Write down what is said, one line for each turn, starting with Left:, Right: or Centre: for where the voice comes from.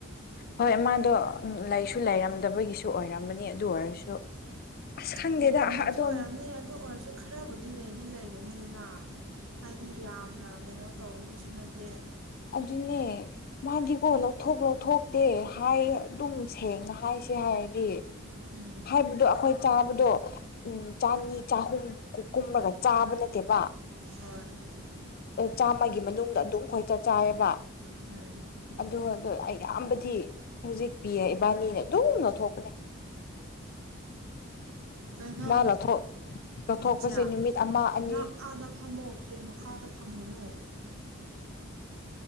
Left: ꯍꯣꯏ ꯃꯥꯗꯣ ꯂꯩꯁꯨ ꯂꯩꯔꯝꯗꯕꯒꯤꯁꯨ ꯑꯣꯏꯔꯝꯕꯅꯤ ꯑꯗꯨ ꯑꯣꯏꯔꯁꯨ ꯑꯁ ꯈꯪꯗꯦꯗ
Right: ꯂꯩꯔꯝꯗꯕꯁꯨ
Left: ꯑꯗꯨꯝ
Right: ꯑꯣꯏꯔꯝꯅꯤ ꯑꯗꯨ ꯑꯣꯏꯔꯁꯨ ꯈꯠ ꯈꯔꯕꯨꯗꯤ ꯂꯩꯩꯗꯤ ꯂꯩꯒꯅꯤꯗꯅ ꯍꯥꯏꯗꯤ ꯌꯥꯝꯅ ꯀꯩꯅꯣ ꯇꯧꯕꯒꯤꯁꯨ ꯅꯠꯇꯦ
Left: ꯑꯗꯨꯅꯦ ꯃꯥꯗꯤꯀꯣ ꯂꯧꯊꯣꯛ ꯂꯧꯊꯣꯛꯇꯦ ꯍꯥꯏ ꯑꯗꯨꯝ ꯁꯦꯡꯅ ꯍꯥꯏꯁꯦ ꯍꯥꯏꯔꯗꯤ
Right: ꯎꯝ
Left: ꯍꯥꯏꯕꯗꯣ ꯑꯩꯈꯣꯏ ꯆꯥꯕꯗꯣ ꯎꯝ ꯆꯥꯅꯤ ꯆꯍꯨꯝ ꯀꯨꯝꯔꯒ ꯆꯥꯕ ꯅꯠꯇꯦꯕ
Right: ꯍꯣ
Left: ꯆꯥꯝꯃꯒꯤ ꯃꯅꯨꯡꯗ ꯑꯗꯨꯝ ꯈꯣꯏꯆꯥ ꯆꯥꯔꯒ
Right: ꯎꯝ
Left: ꯑꯗꯨ ꯑꯩꯌꯥꯝꯕꯗꯤ ꯍꯧꯖꯤꯛ ꯄꯤꯌꯦ ꯏꯕꯥꯅꯤꯅ ꯑꯗꯨꯝ ꯂꯧꯊꯣꯛꯄꯅꯦ
Right: ꯀꯩꯅꯣ
Left: ꯃꯥ ꯂꯧꯊꯣꯛ ꯂꯧꯊꯣꯛꯄꯁꯦ
Right: ꯏꯟꯁꯌꯥ
Left: ꯅꯨꯃꯤꯠ ꯑꯃ ꯑꯅꯤ
Right: ꯅꯪ ꯑꯥꯗ ꯐꯝꯃꯣ ꯍꯦꯜ ꯃꯈꯥꯗ ꯐꯝꯒꯅꯨ